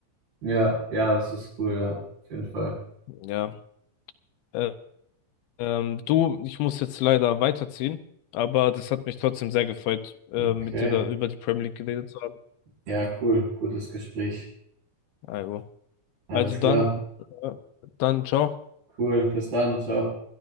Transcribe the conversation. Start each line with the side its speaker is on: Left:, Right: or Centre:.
Right: Ja, ja, das ist cool, ja, auf jeden Fall.
Left: Ja. Äh, ähm, du, ich muss jetzt leider weiterziehen, aber das hat mich trotzdem sehr gefreut, äh,
Right: Okay,
Left: mit dir da über die Premier League geredet zu haben.
Right: ja, cool. Gutes Gespräch.
Left: Also,
Right: Alles
Left: also
Right: klar.
Left: dann, äh, dann ciao.
Right: Cool. Bis dann. Ciao.